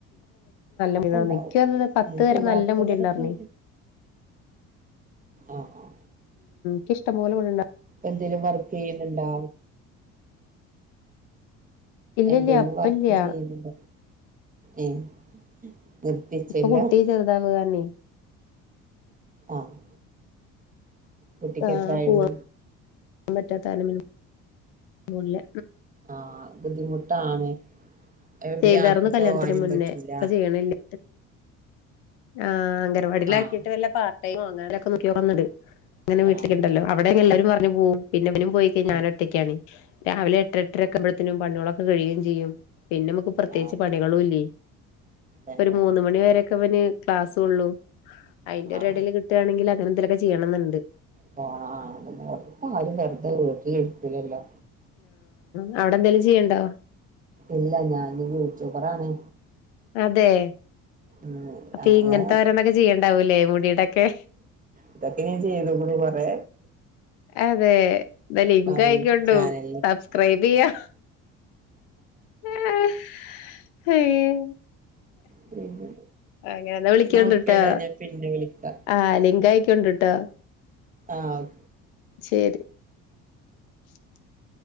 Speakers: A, on the right; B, on the left.
A: അപ്പൊ
B: മുടിണ്ടാർന്ന്
A: ഉണ്ടാവും
B: ഇക്ക് അത് പത്ത്
A: മുടില്ലാത്തവരൊക്കെ
B: വരെ നല്ല മുടിണ്ടാർന്നേ
A: ആ ആഹ്
B: എനിക്ക് ഇഷ്ടം പോലെ മുടിയുണ്ടാരുന്നു
A: എന്തെലും വർക്ക് ചെയ്യുന്നുണ്ടോ
B: ഇല്ലില്ല
A: എന്തങ്കിലും
B: ഇപ്പല്ല്യ
A: വർക്ക് ചെയ്യുന്നുണ്ട ഏഹ് നിർത്തിച്ചെല്ലാം
B: ഇപ്പൊ കുട്ടി ചെറുതാവ് കാരണേ
A: ആഹ് കുട്ടിക്ക്
B: ആ
A: എത്രായിണു
B: പോവാൻ പറ്റാത്ത കാരണം പിന്നെ പോണില്ല
A: ആഹ് ബുദ്ധിമുട്ടാണ് എവിടെയും
B: ചെയ്താരുന്നു
A: ആക്കി പോവാനും
B: കല്യാണത്തിന് മുന്നേ
A: പറ്റൂല
B: ഇപ്പൊ ചെയ്യണില്ല ആഹ് അംഗൻവാടിൽ
A: ആഹ്
B: ആക്കിയിട്ട് വല്ല പാർടൈമോ അങ്ങനൊക്കെ നോക്കി നോക്കുന്നുണ്ട് അങ്ങനെ വീട്ടിലേ
A: ആഹ്
B: ഉണ്ടല്ലോ അവിടെ എല്ലാവരും പറഞ്ഞു പോകും പിന്നെ മോനും പോയി കഴിഞ്ഞാ
A: ആഹ്
B: ഞാന് ഒറ്റയ്ക്കാണ് രാവിലെ എട്ട് എട്ടര ഒക്കെ ആകുമ്പോഴേക്കും പണികളൊക്കെ കഴിയുകയും ചെയ്യും പിന്നെ നമുക്ക് പ്രത്യേകിച്ച്
A: ആഹ്
B: പണികളുംല്ല
A: തന്നെ
B: ഒരു മൂന്ന് മണി വരയൊക്കെ അവന് ക്ലാസ്സ് ഉള്ളു അയിന്റെ ഒരു
A: ആഹ്
B: ഇടയിൽ കിട്ടുകയാണെങ്കിൽ അങ്ങനെ എന്തലൊക്കെ ചെയ്യണം എന്നുണ്ട്
A: പോണ അത് തന്നെ വെറുതെ ആരും വെറുതെ വീട്ടില് ഇരിക്കൂലല്ലോ
B: ആ അവിടെ എന്തേലും ചെയ്യണ്ടോ
A: ഇല്ല ഞാന് യൂട്യൂബറാണ്
B: അതെ
A: ഉം
B: അപ്പൊ
A: അങ്ങനെ
B: ഇങ്ങനത്തെ ഓരോന്നൊക്കെ ചെയ്യണ്ടാവൂല്ലേ മുടീടൊക്കെ
A: ഇതൊക്കെ ഞാൻ ചെയ്തേക്കുണു കുറെ
B: അതെ എന്നാ ലിങ്ക്
A: ആയി
B: അയക്കോണ്ടു
A: ചാനലിലൊക്കെ
B: സബ്സ്ക്രൈബ് ചെയ്യാ ആഹ് ഹയ്യോ
A: പിന്നെ
B: അങ്ങനെല്ല വിളിക്കോണ്ടിട്ടാ
A: ന്നാ ഓക്കേടാ ഞാൻ പിന്നെ വിളിക്കാം
B: ആഹ് ലിങ്കായിക്കൊണ്ട്ട്ടോ
A: ആ ഓ
B: ശരി <inaudible>